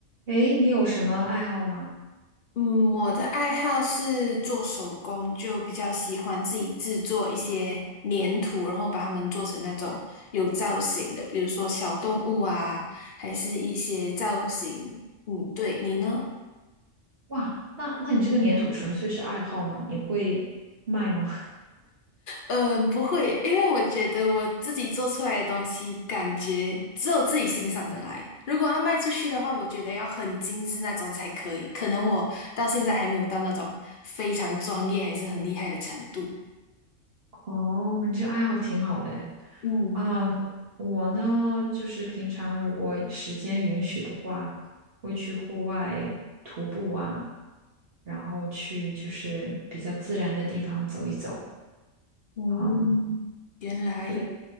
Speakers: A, on the right (about 55°); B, on the left (about 50°).
A: 诶，你有什么爱好吗？
B: 嗯，我的爱好是做手工，就比较喜欢自己制作一些粘土，然后把它们做成那种有造型的，比如说小动物啊，还是一些造型。嗯，对，你呢？
A: 哇，那那你这个粘土纯粹是爱好吗？你会卖吗？
B: 呃，不会，因为我觉得我自己做出来的东西，感觉只有自己欣赏的来。如果要卖出去的话，我觉得要很精致那种才可以。可能我到现在还没有到那种非常专业还是很厉害的程度。
A: <laughs> 哦，你这爱好挺好的诶。
B: 嗯。
A: 嗯，我呢，就是平常如果时间允许的话，会去户外徒步啊，然后去就是比较自然的地方走一走。
B: 嗯，
A: 嗯，
B: 原来
A: 对，